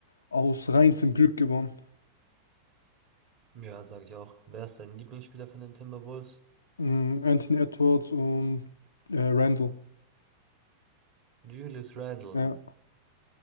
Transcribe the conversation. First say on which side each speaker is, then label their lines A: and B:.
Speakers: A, on the left; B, on the right.
A: aus reinstem Glück gewonnen.
B: ja, sage ich auch. Wer ist dein Lieblingsspieler von den Timberwolves?
A: Ähm, Anthony Edwards und äh, Randle.
B: Julius Randle.
A: Ja.